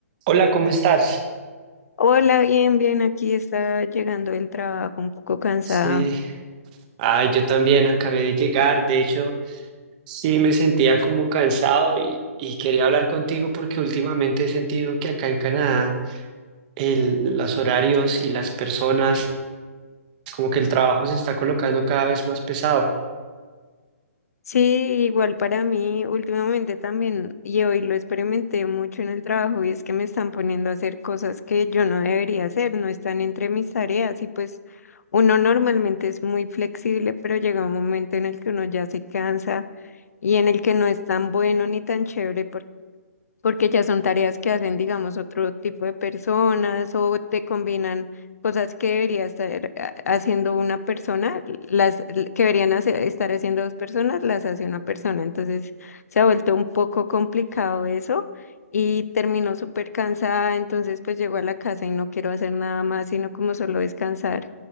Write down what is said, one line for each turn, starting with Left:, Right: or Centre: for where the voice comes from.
Right: Hola, ¿cómo estás?
Left: Hola, bien, bien, aquí está llegando el trabajo un poco cansada.
Right: Sí, ay, yo también acabé de llegar. De hecho, sí me sentía como cansado y, y quería hablar contigo porque últimamente he sentido que acá en Canadá el- los horarios y las personas, como que el trabajo se está colocando cada vez más pesado.
Left: Sí, igual para mí, últimamente también, y hoy lo experimenté mucho en el trabajo, y es que me están poniendo a hacer cosas que yo no debería hacer, no están entre mis tareas, y pues uno normalmente es muy flexible, pero llega un momento en el que uno ya se cansa y en el que no es tan bueno ni tan chévere porque ya son tareas que hacen, digamos, otro tipo de personas o te combinan cosas que debería estar ha- haciendo una persona, las l- que deberían hacer- estar haciendo dos personas, las hace una persona. Entonces se ha vuelto un poco complicado eso y terminó súper cansada, entonces pues llego a la casa y no quiero hacer nada más, sino como solo descansar.